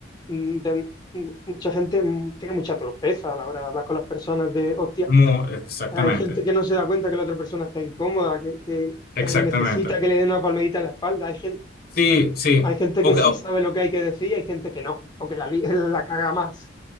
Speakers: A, on the left; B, on the left.
A: mm, de- m- mucha gente mm, tiene mucha torpeza a la hora de hablar con las personas de, hostia,
B: mu- exactamente,
A: hay gente que no se da cuenta que la otra persona está incómoda, que, que-
B: exactamente.
A: que necesita que le den una palmadita en la espalda. Hay gente,
B: Sí, sí.
A: hay gente
B: Ok,
A: que sí
B: oh,
A: sabe lo que hay que decir, hay gente que no, o que la, li- <laughs> la caga más.